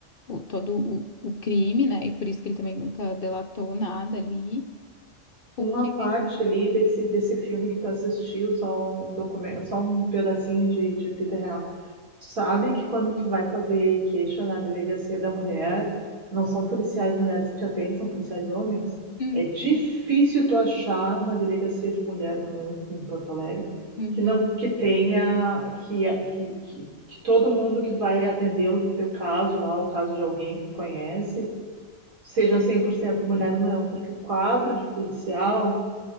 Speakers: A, on the left (about 50°); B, on the right (about 75°).
A: o, todo o, o crime, né? E por isso que ele também nunca delatou nada ali, porque...
B: uma parte ali desse, desse filme que tu assistiu, só um documento, só um pedacinho de, de vida real. Tu sabe que quando tu vai fazer queixa na delegacia da mulher, não são policiais mulheres que te atendem, são policiais homens.
A: Hum,
B: É difícil tu achar uma delegacia de mulher, pelo menos em Porto Alegre,
A: Uhum,
B: que não que tenha que, que, que, que todo mundo que vai atender o teu caso lá, o caso de alguém que tu conhece, seja 100% mulher, não, porque o quadro de policial